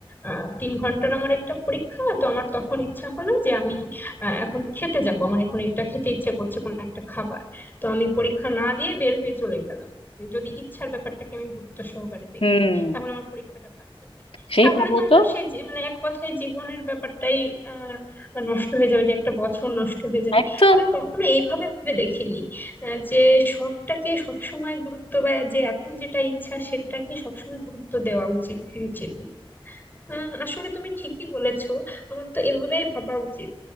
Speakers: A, on the left; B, on the left.
A: আহ, তিন ঘন্টার আমার একটা পরীক্ষা তো আমার তখন ইচ্ছা হলো যে আমি আহ, এখন খেতে যাব আমার এখন এটা খেতে ইচ্ছে করছে কোনো একটা খাবার তো আমি পরীক্ষা না দিয়ে বের হয়ে চলে গেলাম যদি ইচ্ছার ব্যাপারটাকে আমি গুরুত্ব সহকারে দেখি
B: হুম
A: তাহলে আমার পরীক্ষাটা বাদ যাবে
B: সেই
A: তাহলে
B: ভাবো
A: তো
B: তো
A: আমার সেই জী- মানে এক কথায় জীবনের ব্যাপারটাই আহ নষ্ট হয়ে যাবে যে একটা বছর নষ্ট হয়ে যাবে
B: একদম
A: আমি কখনো এইভাবে ভেবে দেখিনি আহ, যে শখটাকে সবসময় গুরুত্ব বা যে এখন যেটা ইচ্ছা সেটাকে সবসময় গুরুত্ব দেওয়া উচিত উচিত না। আহ, আসলে তুমি ঠিকই বলেছো আমার তো এভাবেই ভাবা উচিত